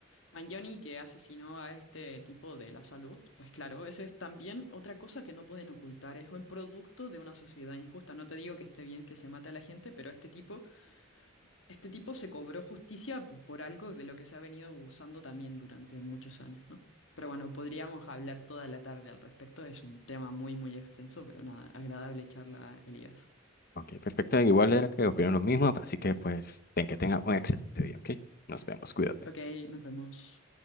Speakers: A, on the left (about 80°); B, on the left (about 50°).
A: Mangione que asesinó a este tipo de la salud. Pues claro, esa es también otra cosa que no pueden ocultar. Es un producto de una sociedad injusta. No te digo que esté bien que se mate a la gente, pero este tipo Este tipo se cobró justicia p- por algo de lo que se ha venido abusando también durante muchos años, ¿no? Pero bueno, podríamos hablar toda la tarde al respecto. Es un tema muy, muy extenso, pero nada, agradable charla, Elías.
B: Ok, perfecto. Igual era que opino lo mismo, así que pues ten que tenga un excelente día, ¿ok? Nos vemos, cuídate.
A: Ok, nos vemos.